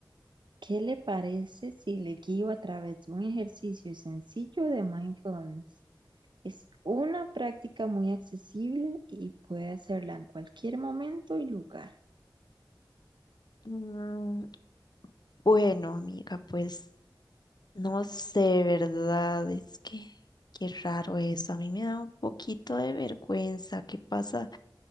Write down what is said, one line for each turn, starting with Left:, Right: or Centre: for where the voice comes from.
Right: ¿Qué le parece si le guío a través de un ejercicio sencillo de mindfulness? Es una práctica muy accesible y puede hacerla en cualquier momento y lugar.
Left: Mm, bueno, amiga, pues. No sé, ¿verdad? Es que qué raro eso. A mí me da un poquito de vergüenza. ¿Qué pasa?